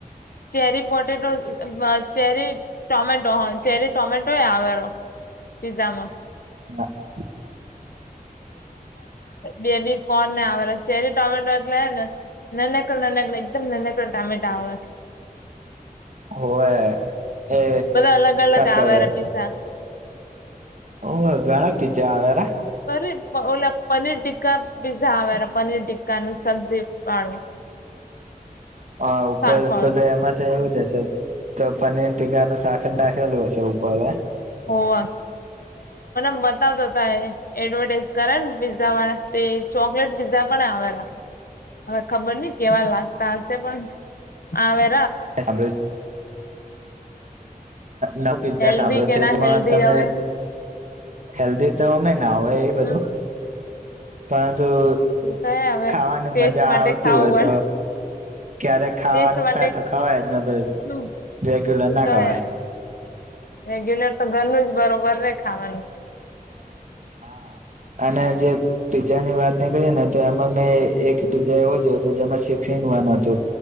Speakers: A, on the left; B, on the right.
A: ચેરી પોટેટો ચેરી ટોમેટો હા ચેરી ટોમેટો એ આવેરો પિઝામાં
B: હા.
A: બેલી કોને આવે <unintelligible> ચેરી ટમેટો એટલે નંનકડુ એકદમ નંનકડુ ટમેટો આવે આવે.
B: હોવે કે
A: બધા અલગ અલગ
B: કાક
A: આવેરા પીઝા
B: ઓ ઘણાં પીઝા આવેરા
A: <unintelligible> ક પીઝા આવેરા પનીર ટીકા નું સબ્જી વાળું.
B: આ ઉપર
A: શાક વાળું
B: તો તે એમાંથી એવું જ તો પનીર ટીકાનું શાક નાખેલું હશે ઉપર
A: હોવા <unintelligible> એડવર્ટાઈઝ કરે ને પીઝ્ઝા વાળા તે ચોકલેટ પીઝા આવેલા અવે ખબર નહી કેવા લાગતા હશે પણ આવે
B: એ <unintelligible> નવ પિઝા
A: હેલ્ધી
B: સાંભળ્યો
A: કે
B: છે.
A: ના
B: જેમાં
A: હેલ્ધી
B: તમે
A: હવે
B: હેલ્ધી તો અમે ના હોય એ
A: હમ
B: બધું પણ તું
A: ઈ તો હે હવે
B: ખાવાની
A: ટેસ્ટ
B: મજા
A: માટે
B: આવતી
A: ખાવું
B: હોય તો
A: પડે
B: ક્યારેક ખાવાનું
A: ટેસ્ટ માટે
B: થાય તો ખવાય જ નથી
A: હમ
B: રેગ્યુલર
A: ઈ
B: ના
A: તો
B: ખવાય.
A: હે રેગ્યુલર તો ઘરનું જ બરોબર રે ખાવાનું.
B: હા. અને જે પીઝા ની વાત નીકળી ને તો એમાં મેં એક પીઝા એવો <unintelligible> હતું.